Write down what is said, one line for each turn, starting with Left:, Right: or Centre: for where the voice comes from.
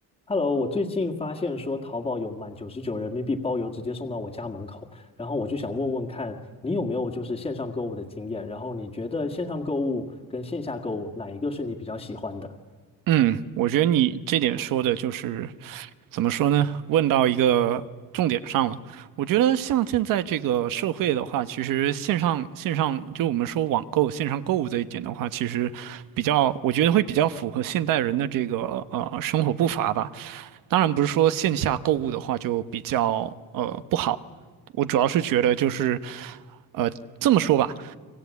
Left: Hello，我最近发现说淘宝有满九十九人民币包邮直接送到我家门口，然后我就想问问看你有没有就是线上购物的经验，然后你觉得线上购物跟线下购物哪一个是你比较喜欢的？
Right: 嗯，我觉得你这点说的就是怎么说呢？问到一个重点上了。我觉得像现在这个社会的话，其实线上线上就我们说网购、线上购物这一点的话，其实比较，我觉得会比较符合现代人的这个呃生活步伐吧。当然不是说线下购物的话就比较呃不好，我主要是觉得就是呃这么说吧。